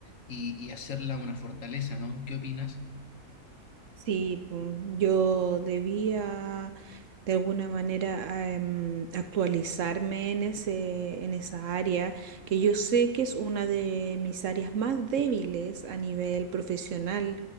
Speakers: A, on the left; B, on the right.
A: y, y hacerla una fortaleza, ¿no? ¿Qué opinas?
B: Sí, pum, yo debía de alguna manera em, actualizarme en ese, en esa área, que yo sé que es una de mis áreas más débiles a nivel profesional,